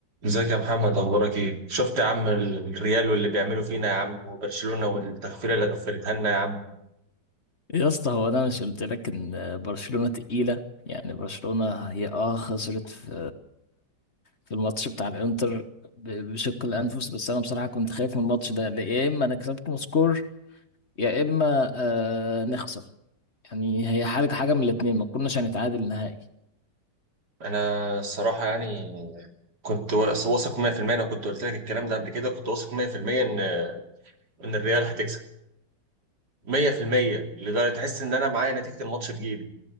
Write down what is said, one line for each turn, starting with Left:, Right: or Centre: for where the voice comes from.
Right: ازيك يا محمد اخبارك ايه شفت يا عم ال- الريال واللي بيعملوا فينا يا عم وبرشلونة والتغفيله اللي غفلتها لنا يا عم
Left: يا اسطى هو انا مش قلت لك ان برشلونة تقيلة يعني برشلونة هي اه خسرت في في الماتش بتاع الانتر ب- بشق الانفس بس انا بصراحة كنت خايف من الماتش ده لا يا اما نكسبكم سكور يا اما آه نخسر يعني هي حاجة حاجة من الاتنين ما كناش هنتعادل نهائي
Right: انا الصراحه يعني كنت وا- واثق 100% انا كنت قلت لك الكلام ده قبل كده كنت واثق 100% ان ان الريال هتكسب 100% لدرجه تحس ان انا معايا نتيجه الماتش في جيبي